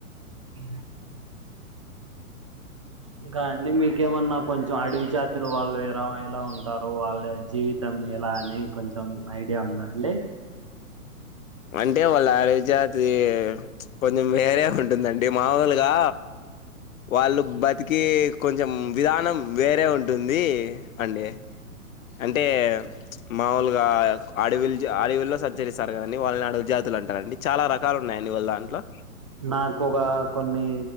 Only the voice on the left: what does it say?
అంటే వాళ్ళ అడివి జాతి కొంచెం వేరే ఉంటుందండి మామూలుగా వాళ్ళు బతికి కొంచెం విధానం వేరే ఉంటుంది అండి అంటే మాముూలుగా అడవిలు అడవిలో సంచరిస్తారు కదన్డి వాళ్ళని అడవి జాతులు అంటారండి చాలా రకాలు ఉన్నాయండి వాళ్ళ దాంట్లో